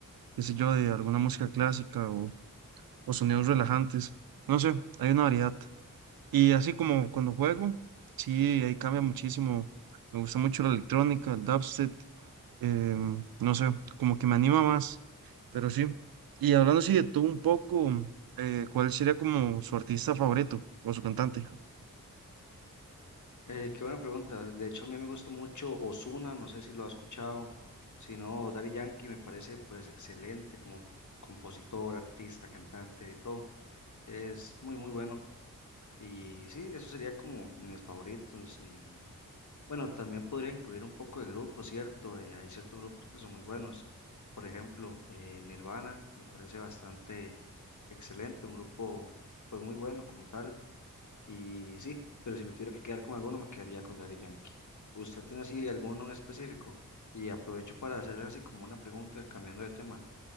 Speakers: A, on the right (about 85°); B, on the left (about 55°).
A: qué sé yo, de alguna música clásica o, o sonidos relajantes. No sé, hay una variedad. Y así como cuando juego, sí, ahí cambia muchísimo. Me gusta mucho la electrónica, el dubstep, em, no sé, como que me anima más, pero sí. Y hablando así de tú un poco, eh, ¿cuál sería como su artista favorito o su cantante?
B: Eh, qué buena pregunta. De hecho, a mí me gusta mucho Ozuna, no sé si lo ha escuchado. Si no, Daddy Yankee me parece pues excelente como compositor, artista, cantante, de todo. Es muy, muy bueno. Y sí, eso sería como mis favoritos. Y bueno, también podría incluir un poco de grupos, ¿cierto? Eh, hay ciertos grupos que son muy buenos. Por ejemplo, eh, Nirvana me parece bastante excelente, un grupo pues muy bueno como tal. Y sí, pero si me tuviera que quedar con alguno, me quedaría con Daddy Yankee. ¿Usted tiene así alguno en específico? Y aprovecho para hacerle así como una pregunta, cambiando de tema.